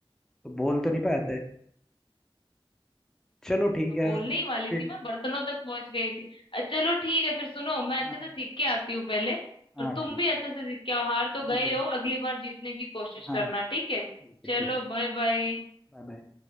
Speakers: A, in the centre; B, on the left.
A: तो बोल तो नहीं पाए थे चलो ठीक
B: तो
A: है
B: बोलने ही वाली
A: फिर
B: थी मैं बर्तनों तक पहुंच गई थी अ, चलो ठीक है फिर सुनो मैं
A: हाँ
B: अच्छे से
A: हाँ
B: सीख के आती हूँ पहले
A: हाँ
B: और तुम
A: ठीक
B: भी अच्छे
A: है
B: से सीख के आओ हार तो
A: हाँ
B: गए
A: बिल्कुल
B: हो अगली बार जीतने की कोशिश
A: हाँ
B: करना ठीक है
A: ठीक है
B: चलो
A: ठीक है
B: बाय बाय
A: Bye bye